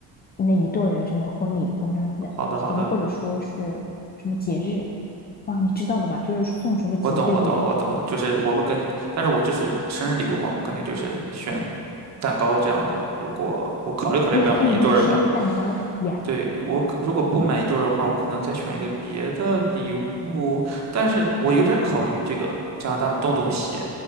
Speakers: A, on the left; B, on the right.
A: 那一对儿的什么婚礼婚纱的，
B: 好的好的。
A: 然后或者说是什么节日。哇，你知道的吧？就是送什么节日的有
B: 我懂，我懂了，我懂了，就是我会跟，但是我这是生日礼物嘛，我肯定就是选蛋糕这样的。如果我考虑考虑要不要买一对儿吧，
A: 耶，他有那个生日蛋糕的耶，
B: 对，我可如果不买一对儿的话，我可能再选一个别的礼物，但是我有点考虑这个加拿大的洞洞鞋，